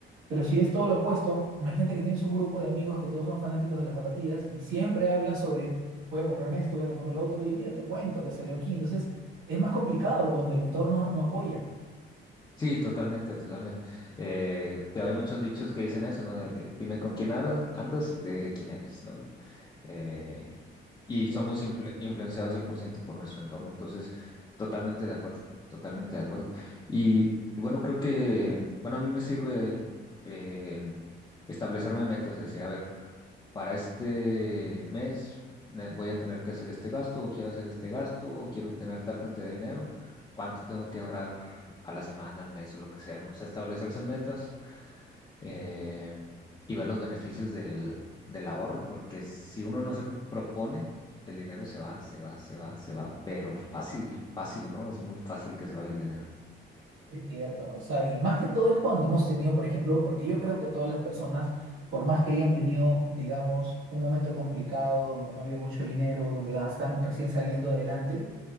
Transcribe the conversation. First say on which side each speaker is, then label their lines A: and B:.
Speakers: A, on the right; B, on the left.
A: Pero si es todo lo opuesto, imagínate que tienes un grupo de amigos que todos son fanáticos de las zapatillas y siempre hablan sobre, voy a comprarme esto, voy a comprarme lo otro, y mira, te cuento que salió aquí. Entonces, es más complicado cuando el entorno no apoya.
B: Sí, totalmente, totalmente. Eh, te- hay muchos dichos que dicen eso, ¿no? De que dime con quién ara- andas y te diré quién eres, ¿no? Eh, y somos influ- influenciados 100% por ciento por nuestro entorno, entonces totalmente de acuerdo, totalmente de acuerdo. Y, y bueno, creo que, bueno, a mí me sirve eh, establecerme metas, decir, a ver, para este mes me voy a tener que hacer este gasto, o quiero hacer este gasto, o quiero tener tal cantidad de dinero cuánto tengo que ahorrar a la semana, al mes o lo que sea, ¿no? O sea, establecerse metas eh, y ver los beneficios del, del ahorro, porque si uno no se propone, el dinero se va, se va, se va, se va, pero fácil, fácil, ¿no? Es muy fácil que se vaya el dinero.
A: Es cierto, o sea, y más que todo es cuando hemos tenido, por ejemplo, porque yo creo que todas las personas, por más que hayan tenido, digamos, un momento complicado donde no había mucho dinero, donde ah, están recién saliendo adelante,